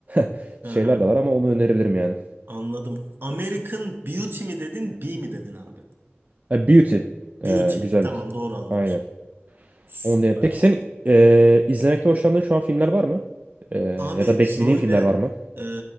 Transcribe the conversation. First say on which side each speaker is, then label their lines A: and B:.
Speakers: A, on the right (about 40°); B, on the right (about 55°).
A: <laughs>
B: Hı
A: şeyler
B: hı.
A: de var ama onu önerebilirim yani.
B: Anladım. American Beauty mi dedin, B mi dedin abi?
A: E, Beauty. E,
B: Beauty.
A: güzellik.
B: Tamam doğru anlamışım.
A: Aynen.
B: Süper.
A: Onu da- Peki senin e, izlemekte hoşlandığın şu an filmler var mı? E,
B: Abi
A: ya da beklediğin
B: şöyle
A: filmler var mı?
B: e,